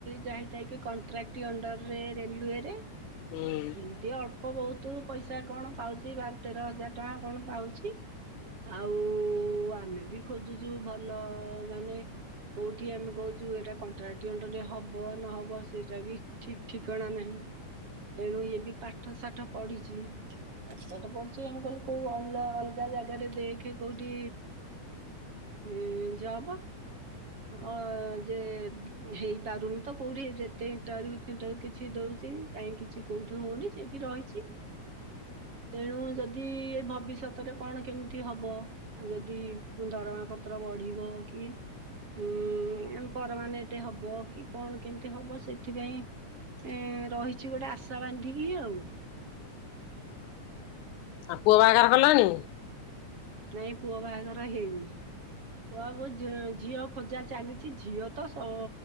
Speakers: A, on the right (about 45°); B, on the left (about 80°).
A: ଯା ହେଥା କି କଣ୍ଟ୍ରାକ୍ଟ ଅଣ୍ଡରରେ ରେଲୱେରେ।
B: ହୁଁ।
A: ଏମିତି ଅଳ୍ପ ବହୁତ ପଇସା କଣ ପାଉଛି ବାର ତେର ହଜାର ଟଙ୍କା କଣ ପାଉଛି। ଆଉ ଆମେ ବି ଖୋଜୁଛୁ ଭଲ ମାନେ କୋଉଠି ଆମେ କହୁଛୁ ଏଇଟା କନ୍ତ୍ରେକ୍ଟ୍ରି ଅନ୍ଦର ରେ ହବ ନହବ ସେଇଟା ବି ଠିକ୍ ଠିକଣା ନାହିଁ। ତେଣୁ ଏ ବି ପାଠ ସାଠ ପଢିଛି। ପାଠ ସାଠ ପଢ଼ିଚି, ଆମେ କହିଲୁ କୋଉ ଅ ଅଲଗା ଜାଗାରେ ଦେଖେ କୋଉଠି ଇଁ ଜବ। ଅ ଯେ ହେଇପାରୁନି ତ କୋଉଠି ଯେତେ ଇଣ୍ଟରଭ୍ୟୁ ଫିଣ୍ଟରୁ କିଛି ଦଉଛ ଛି କାହିଁ କିିଛି କୋଉଠି ହଉନି, ସେଠି ରହିଛି, ତେଣୁ ଯଦି ଏ ଭବିଷ୍ୟତରେ କଣ କେମିତି ହବ, ଯଦି ଦରମା ପତ୍ର ବଢିବ କି ଉୁଁ ପରମାେନେଟ ହବ କି କଣ, କେମିତି ହବ ସେଥିପାଇଁ ଏ ରହିଛି ଗୋଟେ ଆଶା ବାନ୍ଧିକି ଆଉ।
B: ଆଉ ପୁଅ ବାହାଘର କଲଣି?
A: ନାଇଁ ପୁଅ ବାହାଘର ହେଇନି। ପୁଅକୁ ଝିଅ ଖୋଜା ଚାଲିଛି। ଝିଅ ତ ସ